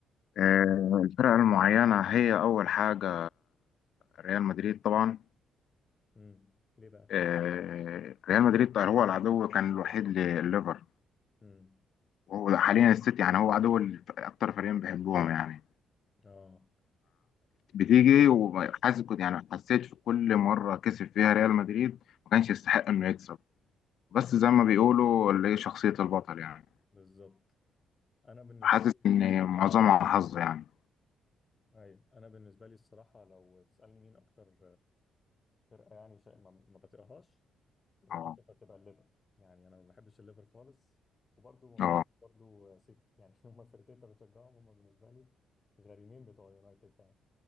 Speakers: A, on the left; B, on the left.
A: آه، الفرق المعينة هي أول حاجة ريال مدريد طبعا
B: امم ليه بقى
A: آه، ريال مدريد هو العدو كان الوحيد لليفر
B: امم
A: وهو حاليا السيتي يعني هو عدو الف- أكتر فريقين بيحبوهم يعني
B: اه
A: بتيجي وحاسس كنت يعني حسيت في كل مرة كسب فيها ريال مدريد ما كانش يستحق إنه يكسب بس زي ما بيقولوا اللي هي شخصية البطل يعني
B: بالظبط انا بالنسبه
A: حاسس
B: لي
A: ان معظمها حظ يعني
B: ايوه انا بالنسبه لي الصراحه لو تسالني مين اكتر فرقه يعني شيء ما ما بطيقهاش للأسف
A: اه
B: هتبقى الليفر يعني أنا ما بحبش الليفر خالص وبرضه ما بحبش
A: اه
B: برضه سيتي يعني <laughs> هما الفرقتين اللي بشجعهم هما بالنسبة لي غريمين بتوع يونايتد يعني